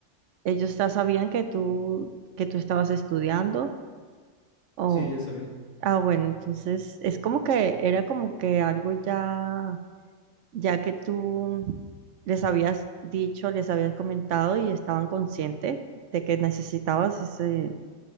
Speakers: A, on the right; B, on the left.
A: ellos ya sabían que tú, que tú estabas estudiando o,
B: Sí, ya está bien.
A: ah, bueno, entonces es como que era como que algo ya, ya que tú les habías dicho, les habías comentado y estaban conscientes de que necesitabas ese,